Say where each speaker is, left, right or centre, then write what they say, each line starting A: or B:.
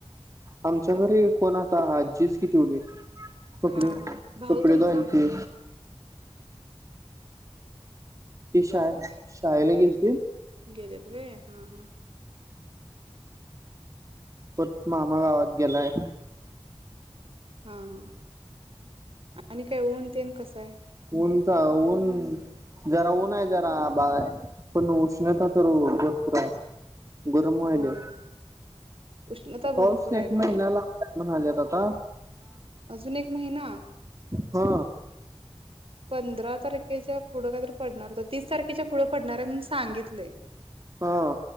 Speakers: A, on the right; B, on the right.
A: आमच्या घरी कोण आताजी हती व देे कपडे
B: हा हा भाऊ
A: कपडे
B: तुमचा
A: धोल ते ती शा शाळेला गेलतील
B: घेरते हा हा
A: पत मामा गावात गेलाय <inaudible>
B: हा आणि काय ऊन तेन कसा आहे
A: ऊनचा ऊन जरा ऊन आहे जरा बा पण उष्णता तर भरपूर आहे गरम व्हाले
B: होय उष्णता भरपूर
A: पाऊस
B: आहे
A: एक
B: ना
A: महिना्या ला म्हणा आल्या तता
B: अजून एक महिना
A: हा
B: पंधरा तारखेच्या पुढं काहीतरी पडणार होत तीस तारखेच्या पुढं पडणार आहे म्हणून सांगितलंय
A: हा